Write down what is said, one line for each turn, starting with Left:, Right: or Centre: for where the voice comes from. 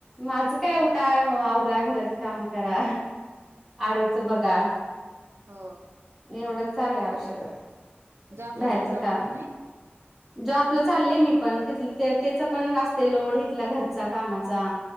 Centre: माझं काय उठा आवरा घरातलं काम करा आरूच बघ का,,
Right: हो.
Centre: एवढं चालूय आयुष्यात आता
Right: जॉबला
Centre: बाहेरचं
Right: चाललाव
Centre: काम
Right: ना तुम्ही?
Centre: जॉबला चाललेय मी पण,, तिथ त्याचं पण असतंय लोड हिथला घरचा कामाचा